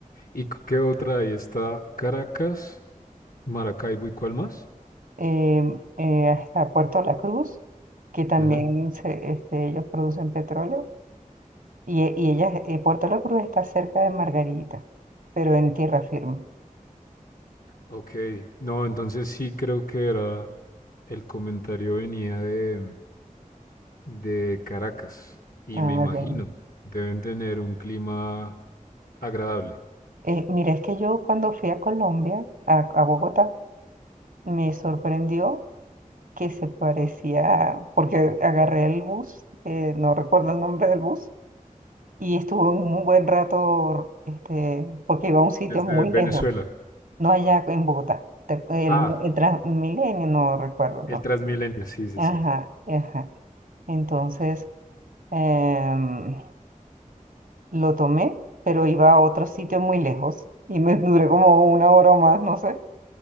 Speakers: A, on the left; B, on the right.
A: ¿Y cu- qué otra hay? Está Caracas, Maracaibo y ¿cuál más?
B: Eh, eh, hasta Puerto La Cruz, que también
A: Ujú.
B: se, este, ellos producen petróleo, y, e- y ella, eh, Puerto La Cruz está cerca de Margarita, pero en tierra firme.
A: Ok, no, entonces sí creo que era, el comentario venía de, de Caracas y
B: Ah,
A: me imagino,
B: ya.
A: deben tener un clima agradable
B: Eh, mira, es que yo cuando fui a Colombia, a, a Bogotá, me sorprendió que se parecía, porque agarré el bus, eh, no recuerdo el nombre del bus, y estuve un buen rato este, porque iba a un sitio
A: desde
B: muy
A: Venezuela.
B: lejos, no allá en Bogotá, te- el,
A: Ah,
B: el Transmilenio, no recuerdo el
A: el
B: nombre.
A: Transmilenio, sí, sí,
B: Ajá,
A: sí.
B: ajá. Entonces em, lo tomé, pero iba a otro sitio muy lejos y me <laughs> duré como una hora o más, no sé.